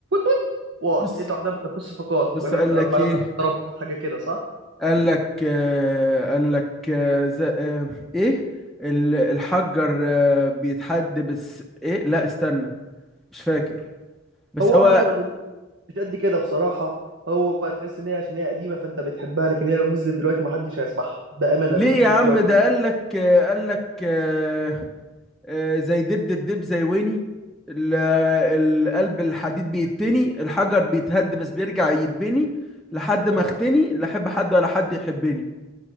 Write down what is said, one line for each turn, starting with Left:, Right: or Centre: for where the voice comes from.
Right: وات وات
Centre: بص
Right: إيه لوحدها بتنفس صفقات
Centre: بص
Right: ما ما-
Centre: قال لك
Right: ما لفتش
Centre: ايه
Right: ضربات حاجة كده صح
Centre: قال لك آه، قال لك آه، ز- آه، ايه ال- الحجر آه، بيتحد بس ايه لا استنى مش فاكر بس
Right: هو
Centre: هو
Right: عامة أغنية مش قد كده بصراحة هو تحس ان هي عشان هي قديمة فانت بتحبها لكن هي لو نزلت دلوقتي محدش هيسمعها بأمانة
Centre: ليه
Right: لو نزلت
Centre: يا عم
Right: دلوقتي
Centre: ده قال لك قال لك آه، آه، زي دب دب دب زي ويني ال- القلب الحديد بيتني الحجر بيتهد بس بيرجع يتبني لحد ما
Right: آه.
Centre: اختني لا احب حد ولا حد يحبني